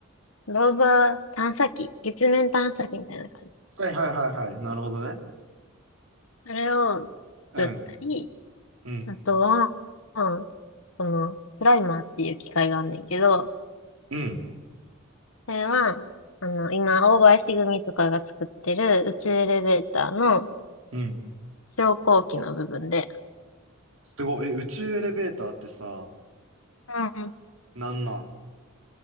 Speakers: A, on the left; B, on the right.
A: ローバー探査機、月面探査機みたいな感じ。
B: はいはいはいはい。なるほどね。
A: それを作ったり、
B: うん。うん。
A: あとは、うん、この、プライマーっていう機械があんねんけど、
B: うん。
A: それは、あの、今、大林組とかが作ってる宇宙エレベーターの
B: うん。
A: 昇降機の部分で、
B: すごい。え、宇宙エレベーターってさ、
A: うん
B: なんなん